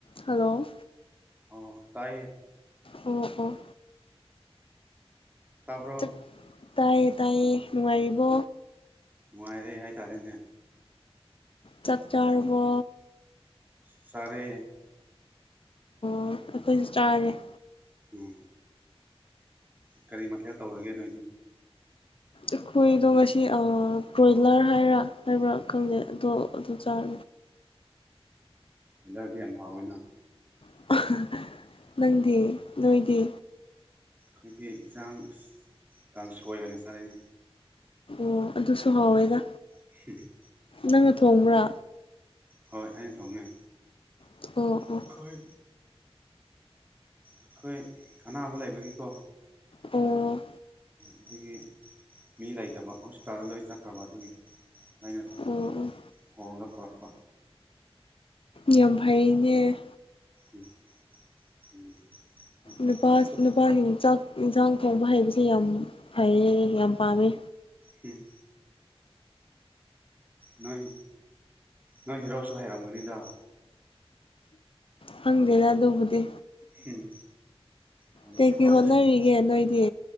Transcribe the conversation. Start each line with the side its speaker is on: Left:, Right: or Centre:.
Left: hello
Right: ꯑꯣ ꯇꯥꯏꯌꯦ
Left: ꯑꯣ ꯑꯣ
Right: ꯇꯥꯄꯣ
Left: ꯆꯥꯛ ꯇꯥꯏꯌꯦ ꯇꯥꯏꯌꯦ ꯅꯨꯡꯉꯥꯏꯔꯤꯕꯣ
Right: ꯅꯨꯡꯉꯥꯏꯔꯦ ꯍꯥꯏꯇꯥꯔꯦꯅꯦ
Left: ꯆꯥꯛ ꯆꯥꯔꯕ
Right: ꯁꯔꯦ
Left: ꯑꯣ ꯑꯩꯈꯣꯏꯁꯨ ꯆꯥꯔꯦ
Right: ꯎꯝ ꯀꯔꯤ ꯃꯊꯦꯜ ꯇꯧꯔꯒꯦ ꯅꯣꯏꯗꯤ
Left: ꯑꯩꯈꯣꯏꯗꯣ ꯉꯁꯤ ꯕ꯭ꯔꯣꯏꯂꯔ ꯍꯥꯏꯔ ꯍꯥꯏꯕ꯭ꯔꯥ ꯈꯪꯗꯦ ꯑꯗꯣ ꯑꯗꯨ ꯆꯥꯔ
Right: ꯑꯣꯣꯏꯂꯔꯗꯤ ꯌꯥꯝ ꯍꯥꯎꯋꯦꯅꯪ
Left: <inaudible> ꯅꯪꯗꯤ ꯅꯣꯏꯗꯤ
Right: ꯑꯩꯈꯣꯏꯗꯤ ꯏꯟꯁꯥꯡ ꯀꯥꯡꯁꯣꯏ ꯑꯣꯏꯅ ꯆꯥꯅꯩ
Left: ꯑꯣ ꯑꯗꯨꯁꯨ ꯍꯥꯎꯋꯦꯗ
Right: ꯁꯤ
Left: ꯅꯪꯅ ꯊꯣꯡꯕ꯭ꯔꯥ
Right: ꯍꯣꯏ ꯑ ꯊꯣꯡꯉ
Left: ꯑꯣ ꯑꯣ
Right: ꯑꯩꯈꯣꯏ ꯑꯩꯈꯣꯏ ꯑꯅꯥꯕ ꯂꯩꯕꯒꯤꯀꯣ
Left: ꯑꯣ ꯑꯣ
Right: ꯑꯗꯨꯒꯤ ꯃꯤ ꯂꯩꯇꯕ ꯍꯣꯁꯄꯤꯇꯥꯜꯗ ꯂꯣꯏ ꯆꯠꯈ꯭ꯔꯕ ꯑꯗꯨꯒꯤ ꯑꯩꯅ
Left: ꯑꯣ
Right: ꯊꯣꯡꯒ ꯄꯨꯔꯛꯄ
Left: ꯌꯥꯝ ꯐꯩꯅꯦ
Right: ꯎꯝ ꯎꯝ
Left: ꯅꯨꯄꯥ
Right: ꯇꯨꯞ
Left: ꯅꯨꯄꯥꯁꯤꯡ ꯆꯥꯛ ꯏꯟꯁꯥꯡ ꯊꯣꯡꯕ ꯍꯩꯕꯁꯦ ꯌꯥꯝ ꯐꯩꯌꯦ ꯌꯥꯝ ꯄꯥꯝꯃꯦ
Right: ꯍꯝ ꯅꯣꯏ ꯅꯣꯏ ꯍꯦꯔꯣꯁꯨ ꯍꯩꯔꯝꯒꯅꯤꯗ
Left: ꯈꯪꯗꯦꯅ ꯑꯗꯨꯕꯨꯗꯤ
Right: ꯎꯝ ꯍꯧꯖꯤꯛꯇꯤ
Left: ꯀꯩꯀꯩ
Right: ꯂꯣꯏ
Left: ꯍꯣꯠꯅꯔꯤꯒꯦ
Right: ꯍꯩ
Left: ꯅꯣꯏꯗꯤ